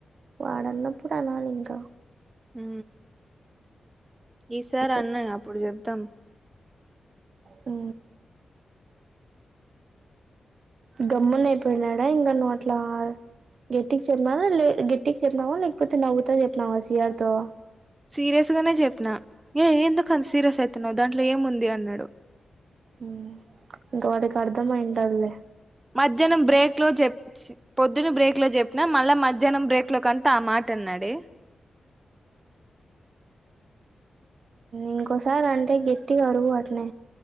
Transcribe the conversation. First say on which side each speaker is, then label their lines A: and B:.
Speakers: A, on the right; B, on the right.
A: వాడన్నప్పుడు అనాలి ఇంగా
B: ఊ ఈసారి
A: అంతే
B: అన్నాని అప్పుడు చెప్దాం
A: ఊ గమ్మున అయిపోయినాడా ఇంగ నువ్వట్లా గట్టికి చెప్పినవా లే గట్టికి చెప్పినావా లేకపోతే నవ్వుతా చెప్పినావా సిఆర్ తో
B: సీరియస్ గానే చెప్పిన ఏ ఎందుకుంత సీరియస్ అవుతున్నావ్ దాంట్లో ఏముంది అన్నాడు
A: ఉ ఇంక వాడికి అర్ధమైంటాదిలే
B: మధ్యానం బ్రేక్ లో చెప్ పొద్దున బ్రేక్ లో చెప్పిన మళ్ళా మద్ ద్యానం బ్రేక్ లో కంతా ఆ మాటన్నాడే
A: ఇంకోసార్ అంటే గెట్టిగ అరువు అట్నే